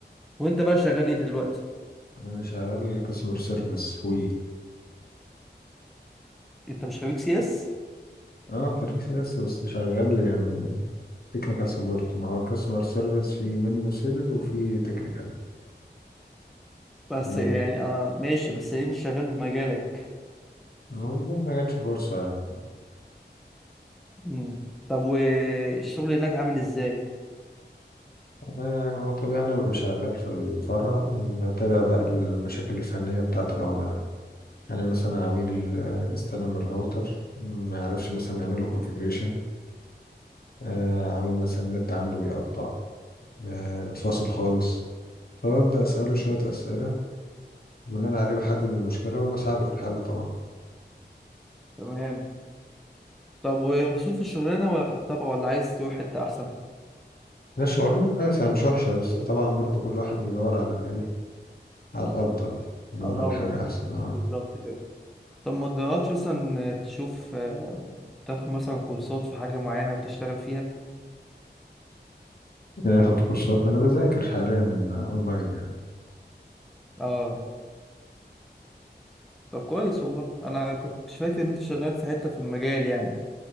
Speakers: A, in the centre; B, on the left.
A: وانت بقى شغال ايه دلوقتي
B: انا شغال كاستمر سيرفيس وي
A: انت مش خريج سي اس
B: اه خريج سيلز بس شغال يعني تكنيكال سبورت ما هو الكاستمر سيرفيس في منه سيلز وفي تكنيكال
A: بس
B: يعني
A: يعني اه ماشي بس ليه مش شغال بمجالك
B: والله ما جاتش فرصة يعني
A: مم. طب والشغل هناك عامل ازاي
B: آه هو طبيعي أنا ببقى شغال في الفرع بتابع بقى المشاكل الفنية بتاعة العملاء يعني مثلا عميل آه، استلم الراوتر ما عرفش مثلا يعمل له كونفيجريشن آه عميل مثلا النت عنده بيقطع آه فاصل خالص فببدأ أسأله شوية أسئلة بناء عليه بحدد المشكلة وبساعده في الحل طبعا
A: تمام طب ومبسوط في الشغلانة ولا طبعا ولا عايز تروح حتة احسن
B: ده شغلانة كويسة مش وحشة بس طبعا برضو كل واحد بيدور على الإيه على الأفضل بيدور
A: الله
B: على
A: افضل
B: حاجة
A: والله.
B: أحسن اه
A: بالظبط كده طب ما تجربش مثلا تشوف آه، تاخد مثلا كورسات في حاجة معينة وتشتغل فيها
B: ياخد كورسات ما أنا بذاكر حاليا أونلاين يعني
A: اه طب كويس والله انا كنت فاكر ان انت شغال في حتة في المجال يعني